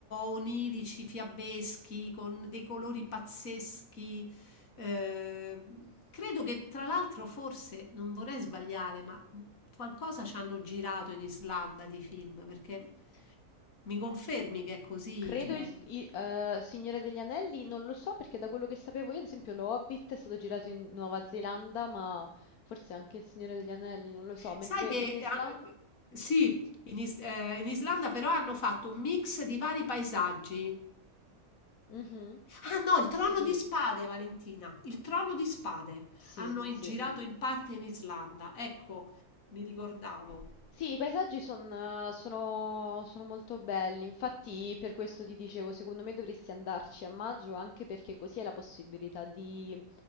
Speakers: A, on the left; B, on the left.
A: onirici, fiabeschi, con dei colori pazzeschi. Eh, credo che tra l'altro forse, non vorrei sbagliare, ma qualcosa ci hanno girato in Islanda di film, perché mi confermi che è così,
B: Credo
A: cioè...
B: il, il, eh, Signore degli Anelli, non lo so perché da quello che sapevo io, ad esempio, lo Hobbit è stato girato in Nuova Zelanda, ma forse anche il Signore degli Anelli, non lo so, mentre
A: Sai che
B: in Islanda...
A: eh, an- eh, sì, in, Is- eh, in Islanda però hanno fatto un mix di vari paesaggi.
B: Mhm.
A: Ah no, il trono
B: Sì,
A: di spade, Valentina, il trono di spade.
B: sì,
A: Hanno in-
B: sì.
A: girato in parte in Islanda. Ecco, mi ricordavo.
B: Sì, i paesaggi son- sono, sono molto belli, infatti per questo ti dicevo, secondo me dovresti andarci a maggio anche perché così hai la possibilità di,